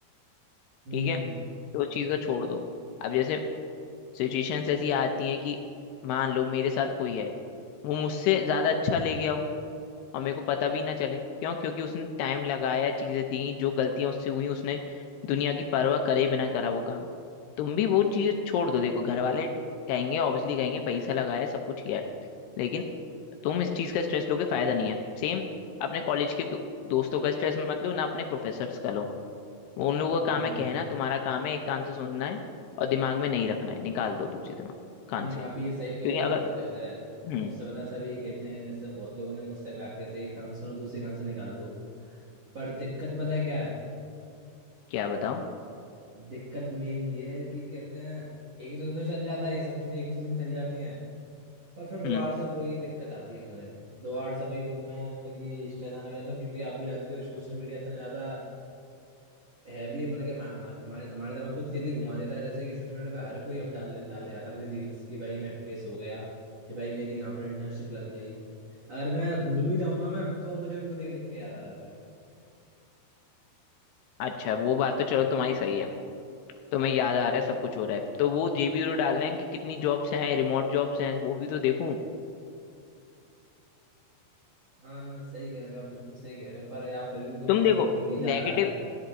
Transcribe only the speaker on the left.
ठीक है तो उस चीज को छोड़ दो अब जैसे सिचुएशंस ऐसी आती हैं कि मान लो मेरे साथ कोई है वो मुझसे ज्यादा अच्छा ले गया हो और मेरे को पता भी ना चले क्यों क्योंकि उसने टाइम लगाया चीजें दी जो गलतियां उससे हुई उसने दुनिया की परवाह करे बिना करा वो काम तुम भी वो चीज छोड़ दो देखो घर वाले कहेंगे ऑब्वियसली कहेंगे पैसा लगाया है, सब कुछ किया है लेकिन तुम इस चीज का स्ट्रेस लोगे फायदा नहीं है सेम अपने कॉलेज के दो, दोस्तों का स्ट्रेस मत लो ना अपने प्रोफेसर्स का लो वो उन लोगों
का काम है कहना तुम्हारा काम है एक कान से सुनना है और दिमाग में नहीं रखना है निकाल दो दूसरे दिमाग कान
से
क्योंकि
अगर
हम्म
क्या बताओ
हम्म
अच्छा वो बात तो चलो तुम्हारी सही है तुम्हें याद आ रहा है सब कुछ हो रहा है तो वो ये भी तो डालना है कि कितनी जॉब्स हैं रिमोट जॉब्स हैं वो भी तो देखूं
तुम
देखो
नेगेटिव